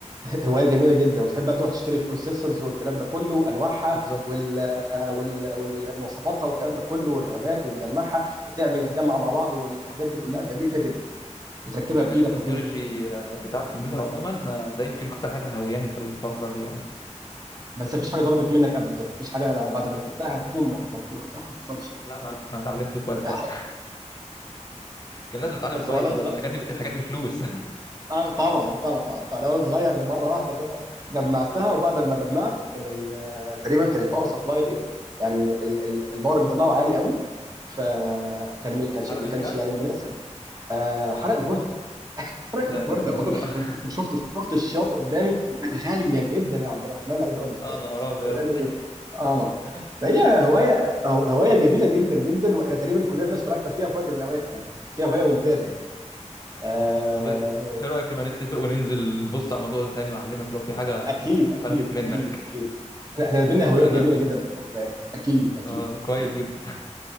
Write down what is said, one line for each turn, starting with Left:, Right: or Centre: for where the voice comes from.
Right: هوايه جميله جدا وتحب بقى تروح تشتري البروسيسورز والكلام ده كله انواعها
Left: بالظبط
Right: وال... وال... والمواصفاتها والكلام ده كله والرامات وتجمعها وتعمل جمع مع بعض والحاجات دي كلها جميله جدا وتركبها
Left: المجال
Right: بايدك
Left: التكنولوجي
Right: وكده
Left: آه، بتاع الكمبيوتر عموما آه، ده يمكن اكتر حاجه هوياني في الفتره دي يعني
Right: بس مفيش حاجه ضربت منك قبل كده مفيش حاجه بعد ما ركبتها هتبوم راحت مفكوره صح ما حصلش
Left: لا ما انا اتعلمت كويس
Right: يعني
Left: بقى كان لازم اتعلم
Right: اصل
Left: كويس
Right: وانا
Left: ده
Right: صغير
Left: الحاجات دي الحاجات دي بفلوس
Right: آه طبعا طبعا طبعا انا وانا صغير مره واحده كده جمعتها وبعد ما جمعت كان ال- آه، تقريبا كان الباور سبلاي يعني ال- ال- الباور اللي بيطلعه عالي قوي فكان ما كانش
Left: <laughs> حرق
Right: ما
Left: الكارت
Right: كانش يعني مناسب آه، حرق البورده حرق البورده
Left: لا لا الا
Right: و-
Left: الله <laughs>
Right: و- <laughs> وشفت شفت الشياط قدامي وكانت غاليه جدا يا عبد الرحمن عايز اقول لك
Left: يا
Right: يعني
Left: نهار ابيض
Right: كانت غاليه جدا اه هي هوايه هوايه جميله جدا جدا واحنا تقريبا كلنا اشتركنا فيها في وقت من الاوقات يعني بس هي هوايه ممتازه يعني آه
Left: طب ايه رايك لما نتفق وننزل نبص على الموضوع ده تاني واعلمك لو في حاجه
Right: اكيد اكيد
Left: فلتت منك
Right: اكيد اكيد احنا إحنا بينا
Left: اتفقنا
Right: هوايات جميله
Left: يا باشا
Right: جدا يا عبد الرحمن اكيد اكيد
Left: آه، كويس
Right: اكيد
Left: جدا